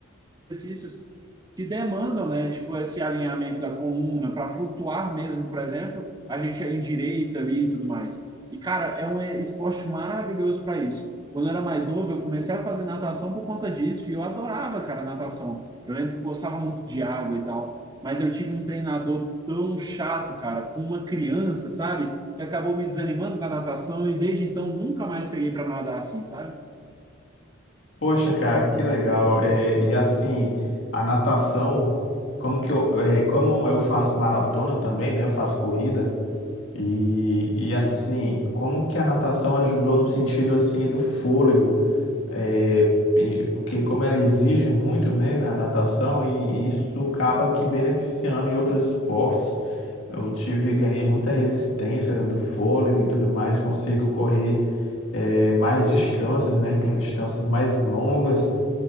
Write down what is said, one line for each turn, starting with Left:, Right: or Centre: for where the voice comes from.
Right: exercícios que demandam, né, tipo, esse alinhamento da coluna para flutuar mesmo, por exemplo, a gente é endireita ali e tudo mais. E, cara, é um esporte maravilhoso para isso. Quando eu era mais novo, eu comecei a fazer natação por conta disso e eu adorava, cara, natação. Eu lembro que eu gostava muito de água e tal, mas eu tive um treinador tão chato, cara, com uma criança, sabe? Que acabou me desanimando da natação e desde então nunca mais peguei para nadar assim, sabe?
Left: Poxa, cara, que legal. É, e, assim, a natação, como que eu, é, como eu faço maratona também, né, eu faço corrida. E, e assim, como que a natação ajudou no sentido assim do fôlego? É, e- porque como ela exige muito, né, na natação, e, e isso acaba que beneficiando em outros esportes. Eu tive, ganhei muita resistência do fôlego e tudo mais, consigo correr é, mais distâncias, né, com distâncias mais longas.